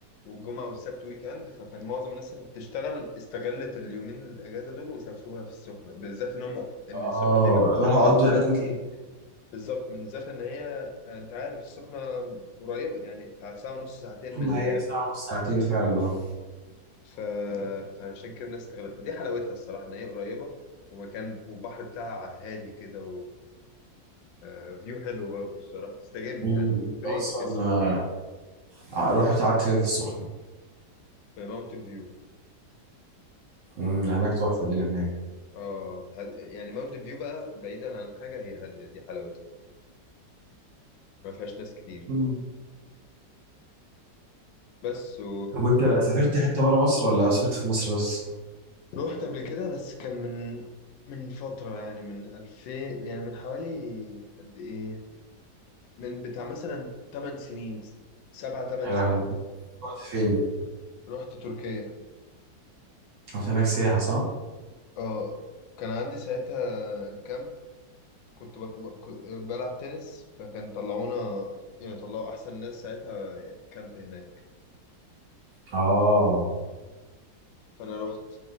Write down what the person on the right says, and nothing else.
اه
راح اقضوا
هناك ويك اند
كنا
هي ساعة ونص ساعتين فعلا اه
مم.
ده أصلا
آه، رحت قعدت فين في السخنة
مم، ده هناك تحفة دي اللي هناك
مم.
طب وانت سافرت حته بره مصر ولا سافرت في مصر بس؟
يا
لهوي رحت فين
رحت هناك سياحة صح
اه